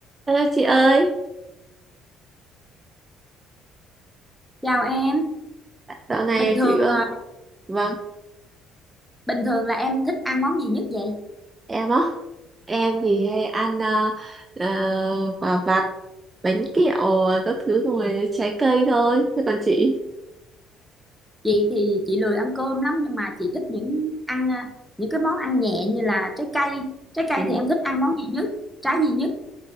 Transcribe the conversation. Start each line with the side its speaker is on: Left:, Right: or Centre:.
Right: Hello chị ơi,
Centre: Chào em,
Right: dạo này
Centre: bình thường
Right: chị vâng,
Centre: à,
Right: vâng
Centre: bình thường là em thích ăn món gì nhất vậy?
Right: em á, em thì hay ăn ờ, ờ, quả vặt, bánh kẹo các thứ rồi trái cây thôi. Thế còn chị?
Centre: Chị thì chị lười ăn cơm lắm nhưng mà chị thích những ăn à, những cái món ăn nhẹ như là trái cây. Trái cây
Right: Ừ.
Centre: thì em thích ăn món gì nhất? Trái gì nhất?